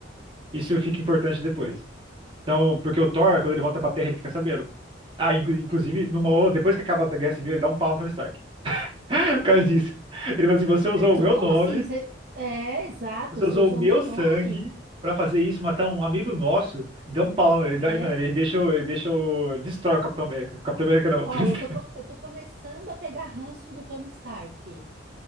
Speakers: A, on the right; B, on the right.
A: isso fica importante depois. Então, porque o Thor, quando ele volta pra Terra, ele fica sabendo. Ah, inclu- inclusive, numa, o- depois que acaba a Guerra Civil, ele dá um pau no Tony Stark. <laughs> Por causa disso. Ele fala assim: você usou
B: certo.
A: o meu
B: Como
A: nome,
B: assim? Você- É, exato,
A: você
B: você
A: usou
B: usou
A: o meu
B: meu nome.
A: sangue pra fazer isso, matar um amigo nosso. Deu um pau. Ele, dá-
B: É.
A: mano, ele deixa, o- ele deixa, o- destrói o Capitão América. Capitão América não,
B: Olha,
A: <laughs> o Tony Stark.
B: eu tô, co- eu tô começando a pegar ranço do Tony Stark.